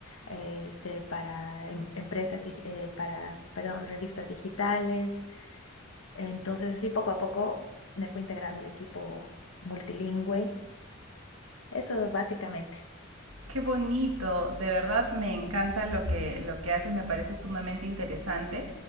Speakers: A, on the left; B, on the right.
A: eh, este, para em- empresas, dig- eh, para, perdón, revistas digitales. Entonces, así poco a poco me fui integrando al equipo multilingüe. Eso básicamente.
B: Qué bonito, de verdad me encanta lo que, lo que haces, me parece sumamente interesante.